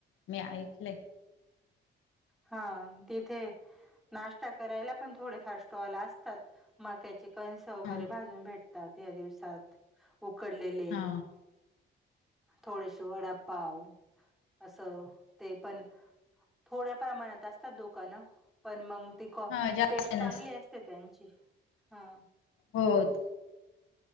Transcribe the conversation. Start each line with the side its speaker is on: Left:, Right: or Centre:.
Left: मी ऐकलंय.
Centre: हा तिथे नाश्टा करायला पण थोडेफार स्टॉल असतात. मक्याचे कणस वगैरे
Left: हा
Centre: भाजून भेटतात या दिवसात. उकडलेले,
Left: हा
Centre: थोडेशे वडापाव. असं ते पण, थोड्या प्रमाणात असतात दुकानं पण, मग ती
Left: हा जास्त
Centre: टेस्ट
Left: नसत
Centre: चांगली असते त्यांची हा.
Left: होत.